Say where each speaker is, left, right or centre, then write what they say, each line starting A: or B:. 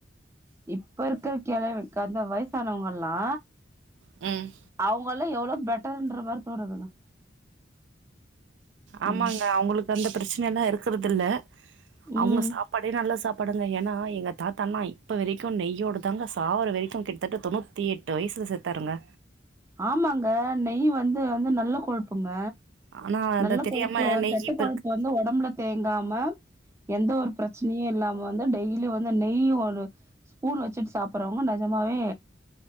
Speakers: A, on the right; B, on the right.
A: இப்ப இருக்கிற கெளவ அந்த வயசானவங்கல்லா
B: ம்
A: அவங்கல்லா எவ்ளோ பெட்டர்ன்ற மாரி தோனுதுங்க
B: ஆமாங்க
A: ம்
B: அவங்களுக்கு அந்த பிரச்சன எல்லா இருக்கறது இல்ல
A: ம்
B: அவங்க சாப்பாடே நல்லா சாப் படங்க ஏன்னா எங்க தாத்தாண்ணா இப்ப வரைக்கும் நெய்யோடு தாங்க சாவ வரைக்கும் கிட்டத்தட்டு தொண்ணூ த்தி எட்டு வயசில செத்தாருங்க
A: ஆமாங்க நெய் வந்து வந்து நல்ல கொழுப்புங்க
B: ஆனா அந்த
A: நல்ல
B: தெரியாம
A: கொழுப்பு
B: நெய்
A: கெட்ட
B: இப்ப
A: கொழுப்பு
B: இருக்கு
A: வந்து உடம்புல தேங்காம எந்த ஒரு பிரச்சனையு இல்லா வந்து டெய்லி வந்து நெய் ஒரு ஸ்பூன் வச்சுட்டு சாப்பறவங்க நஜமாவே